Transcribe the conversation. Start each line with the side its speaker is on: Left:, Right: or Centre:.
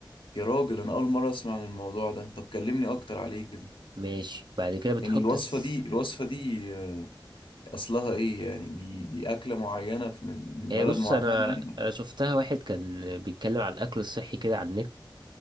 Left: يا راجل أنا أول مرة أسمع عن الموضوع ده طب كلمني أكتر عليه كده
Right: ماشي بعد كده بتحط
Left: يعني الوصفة
Right: الس-
Left: دي الوصفة دي آه، أصلها إيه يعني دي دي أكلة معينة في- من من
Right: هي
Left: بلد
Right: بص
Left: معينة
Right: انا
Left: يعني
Right: انا شفتها واحد كان بيتكلم على الاكل الصحي كده على النت